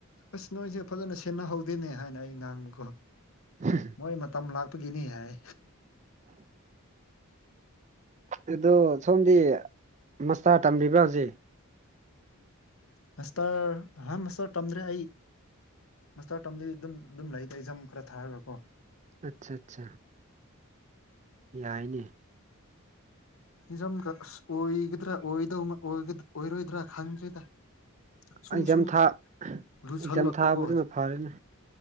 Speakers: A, on the left; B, on the right.
A: ꯑꯁ ꯅꯣꯏꯁꯦ ꯐꯖꯅ ꯁꯦꯟꯅꯍꯧꯗꯦꯅꯦ ꯍꯥꯏꯅ ꯑꯩ ꯉꯥꯡꯕꯀꯣ
B: <unintelligible>
A: ꯍꯣꯏ ꯃꯇꯝ ꯂꯥꯛꯄꯒꯤꯅꯤ ꯍꯥꯏ
B: ꯑꯗꯣ ꯁꯣꯝꯗꯤ ꯃꯁꯇꯥ ꯇꯝꯕꯤꯕ꯭ꯔꯥ ꯍꯧꯖꯤꯛ
A: ꯃꯥꯁꯇꯔ ꯑꯍꯥꯟ ꯃꯁꯇꯔ ꯇꯝꯗ꯭ꯔꯦ ꯑꯩ ꯃꯁ ꯇꯝꯗꯤ ꯑꯗꯨꯝ ꯑꯗꯨꯝ ꯂꯩꯇ ꯑꯦꯛꯖꯥꯝ ꯈꯔ ꯊꯥꯑꯒ ꯀꯣ
B: ꯑꯆꯥ ꯑꯆꯥꯆꯥ ꯌꯥꯏꯅꯤ
A: ꯍꯖꯝ ꯑꯁ ꯑꯣꯏꯒꯗꯥ ꯑꯣꯏꯔꯣꯏꯗ꯭ꯔꯥ ꯈꯪꯗ꯭ꯔꯤꯗ ꯁꯨꯝ
B: ꯑꯦꯛꯖꯥꯝ
A: ꯁꯨꯝ
B: ꯊꯥ
A: ꯂꯨꯁꯜꯂꯛꯄ
B: ꯑꯦꯛꯖꯥꯝ ꯊꯥꯕꯗꯨꯅ
A: ꯀꯣ ꯍꯧꯖꯤꯛ
B: ꯐꯔꯦꯅꯦ